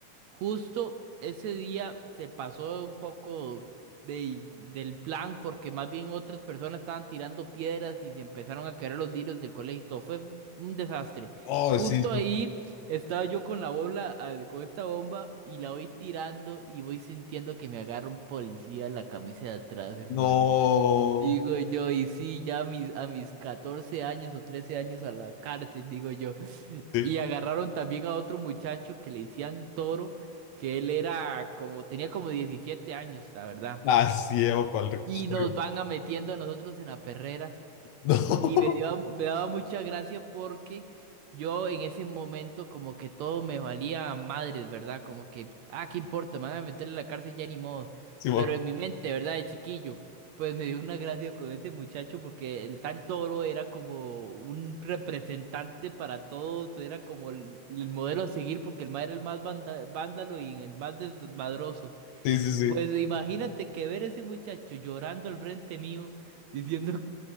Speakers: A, on the right; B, on the left.
A: Justo ese día se pasó un poco de- del plan porque más bien otras personas estaban tirando piedras y se empezaron a caer los vidrios del colegio. y todo. Fue un desastre.
B: Oh,
A: Justo
B: sí, sí.
A: ahí estaba yo con la bola, ah, con esta bomba y la voy tirando y voy sintiendo que me agarra un policía la camisa de atrás, hermano.
B: No.
A: Digo yo, y sí, ya a mis, a mis 14 años o 13 años a la cárcel, digo yo.
B: Sí.
A: Y agarraron también a otro muchacho que le decían Toro, que él era como, tenía como 17 años, la verdad.
B: Así lleva para el reclusorio.
A: Y nos
B: <laughs>
A: van a metiendo a nosotros en la perrera.
B: No,
A: Y me dio- me daba mucha gracia porque yo en ese momento como que todo me valía a madres, ¿verdad? Como que, ah, ¿qué importa? Me van a meter en la cárcel ya ni modo.
B: Simón.
A: Pero en mi mente, ¿verdad? De chiquillo, pues me dio una gracia con ese muchacho porque el tal Toro era como un representante para todos, era como el, el modelo a seguir porque el mae era el más vanda- vándalo y el más desmadroso.
B: Sí, sí, sí.
A: Pues imagínate que ver ese muchacho llorando al frente mío. diciendo